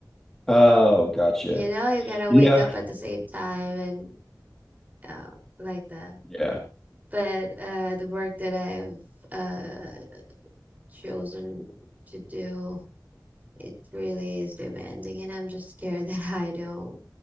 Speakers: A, in the centre; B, on the right.
A: Oh, gotcha.
B: You know, you gotta
A: Yeah.
B: wake up at the same time and uh, like that.
A: Yeah.
B: but uh, the work that I've uh, chosen to do, it really is demanding, and I'm just scared <laughs> that I don't